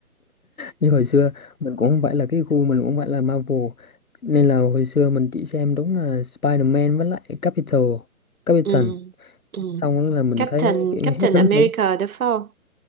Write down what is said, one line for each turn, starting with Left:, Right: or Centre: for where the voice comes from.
Left: Như hồi xưa mình cũng không phải là cái gu mình cũng không phải là Marvel nên là hồi xưa mình chỉ xem đúng là Spider-Man với lại Capital Captain
Right: ừ. Ừ.
Left: xong đó là mình
Right: Captain
Left: thấy kiểu
Right: Captain
Left: như hết hứng
Right: America
Left: thú
Right: đúng không